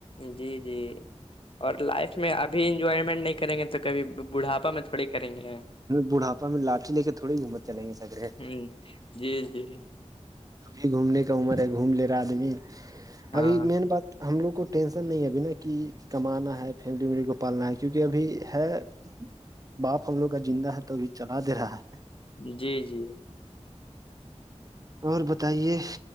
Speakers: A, on the left; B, on the right.
A: جی جی اور لائف میں اب انجوائمنٹ نہیں کریں گے تو کبھی بڑھاپا میں تھوڑی کریں گے
B: بڑھاپا میں لاٹھی لے کے تھوڑی گھومت چلیں گے سگرے
A: ہ جی جی
B: ابھی گھومنے کا عمر ہے گھوم لے رہا آدمی
A: ہاں
B: ابھی مین بات ہم لوگ کو ٹینشن نہیں ابھی نا کہ کمانا ہے فم ڈوری کو پالنا ہے کیونکہ ابھی ہے باپ ہم لوگ کا زندہ ہے تو ابھی چلا دے رہا ہے
A: جی جی
B: اور بتائیے